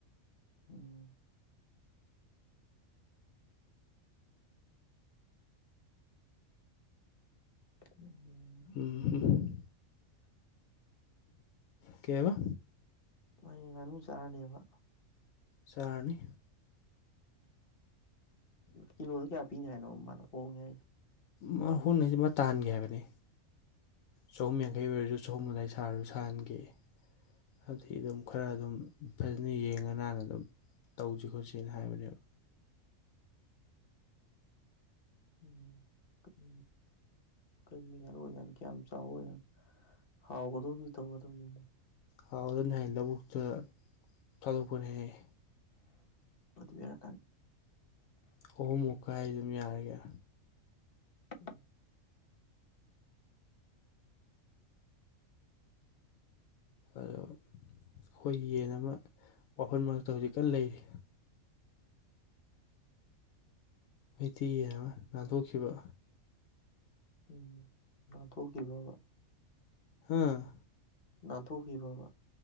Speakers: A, on the left; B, on the left.
A: ꯎꯝ ꯎꯝꯝ <unintelligible>
B: ꯎꯝ ꯀꯩꯕ
A: ꯃꯣꯏ ꯉꯥꯅꯨ ꯆꯥꯔꯅꯦꯕ
B: ꯆꯥꯔꯅꯤ
A: ꯀꯤꯂꯣꯗ ꯀꯌꯥ ꯄꯤꯅꯤ ꯍꯥꯏꯅꯣ ꯃꯥꯅ ꯍꯣꯡꯉ ꯍꯥꯏꯁꯦ
B: ꯃꯥ ꯍꫭꯡꯅꯤ ꯍꯥꯏꯁꯦ ꯃꯥ ꯇꯥꯍꯟꯒꯦ ꯍꯥꯏꯕꯅꯦ ꯆꯍꯨꯝ ꯌꯥꯡꯈꯩ ꯑꯣꯏꯔꯖꯨ ꯆꯍꯨꯝ ꯑꯗꯥꯏ ꯁꯥꯔꯁꯨ ꯁꯥꯍꯟꯒꯦꯌꯦ ꯑꯗꯨꯗꯤ ꯑꯗꯨꯝ ꯈꯔ ꯑꯗꯨꯝ ꯐꯖꯅ ꯌꯦꯡꯉ ꯅꯥꯟꯅ ꯑꯗꯨꯝ ꯇꯧꯁꯤ ꯈꯣꯠꯁꯅ ꯍꯥꯏꯕꯅꯦꯕ
A: ꯎꯝ ꯀ ꯀ ꯀꯩ ꯀꯖꯅꯤ ꯀ ꯆ ꯑꯣꯏꯖ ꯍꯥꯎ ꯎꯗꯣ ꯇ ꯑꯣ ꯑꯗꯨꯅꯤ
B: ꯑꯥꯎ ꯑꯗꯨꯅ ꯍꯥꯏꯌꯦ ꯂꯧꯕꯨꯛꯇ ꯊꯥꯗꯣꯛꯄꯅꯦ ꯍꯥꯏꯌꯦ
A: ꯔꯤꯔ
B: ꯑꯍꯨꯝ ꯑꯃꯨꯛꯀꯥꯏ ꯑꯩ ꯑꯗꯨꯝ ꯌꯥꯔꯒꯦ
A: ꯎꯝ
B: ꯑꯗꯣ ꯑꯩꯈꯣꯏ ꯌꯦꯟ ꯑꯃ ꯋꯥꯈꯜ ꯃꯔꯛꯇ ꯍꯧꯖꯤꯛꯀ ꯂꯩꯔꯤ ꯃꯩꯇꯩ ꯍꯥꯏꯅ ꯅꯥꯟꯊꯣꯛꯈꯤꯕ
A: ꯎꯝ ꯅꯥꯟꯊꯣꯛꯈꯤꯕ
B: ꯍꯥꯥ
A: ꯅꯥꯟꯊꯣꯛꯈꯤꯕꯕ